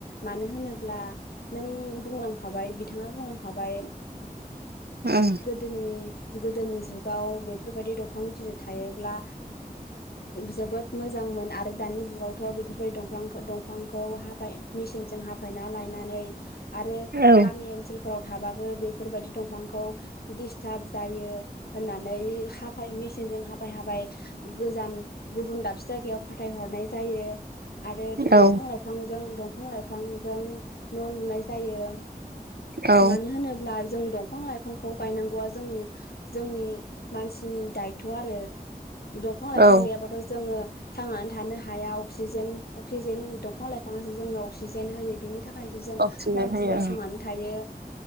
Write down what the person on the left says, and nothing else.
मानो होनोब्ला नों बुंलांखाबाय बिथाङा बुंलां खाबाय
गोदोनि गोदोनि जुगाव बेफोरबायदि दंफां गिदिर थायोब्ला जोबोद मोजांमोन आरो दानि जुगावथ' बेफोरबायदि दंफां दंफांखौ हाफाय मिसिन जों हाफायना लायनानै आरो
गामि ओनसोलफोराव थाबाबो बेफोरबायदि दंफांखौ दिस्टाब जायो होननानै हाफाय मिसिनजों हाफाय हाफाय गोजान गुबुन दाबसे जायगायाव फाथायहरनाय जायो आरो दंफां
लाइफांजों दंफां लाइफांजों न' लुनाय जायो
मानो होनोब्ला जों दंफां लाइफांखौ गायनांगौआ जोंनि जोंनि मानसिनि दायथ' आरो दंफां लाइफां
गैयाबाथ' जोङो थांनानै थानो हाया अक्सिजेन अक्सिजेन दंफां लाइफाङासो जोंनो अक्सिजेन होयो बिनि थाखायसो जों
मानसिया
थांनानै थायो